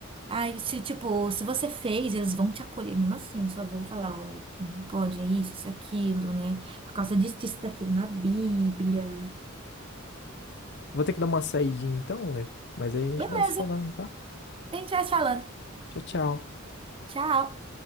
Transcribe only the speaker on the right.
Ai, se, tipo, se você fez, eles vão te acolher mesmo assim, só vão falar, ó, não pode, é isso, isso, aquilo, né? Por causa disso, disso, daquilo na Bíblia.
Beleza,
a gente vai se falando.
Tchau.